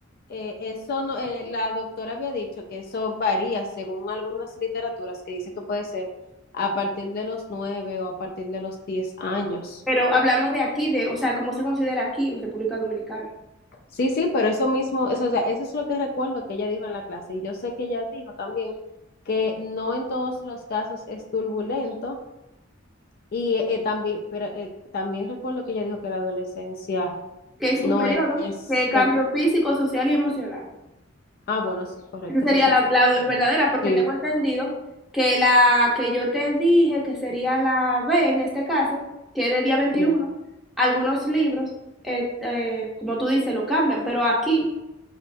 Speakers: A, on the left (about 50°); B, in the centre.
A: eh, eso no, eh, la doctora había dicho que eso varía según algunas literaturas que dice que puede ser a partir de los nueve o a partir de los diez años.
B: pero hablamos de aquí, de, o sea, cómo se considera aquí en República Dominicana,
A: Sí, sí, pero eso mismo, eso, o sea, eso es lo que recuerdo que ella dijo en la clase. Y yo sé que ella dijo también que no en todos los casos es turbulento. Y eh, eh, también, pero eh, también recuerdo que ella dijo que la adolescencia
B: que es
A: no
B: un periodo
A: es,
B: de cambio
A: eh,
B: físico, social y emocional.
A: ah, bueno, sí, correcto,
B: Esa sería
A: eso sí.
B: la, la verdadera, porque
A: Sí,
B: tengo entendido que la que yo te dije, que sería la B en este caso, que es de día veintiuno
A: sí,
B: algunos libros, eh, eh, como tú dices, lo cambian, pero aquí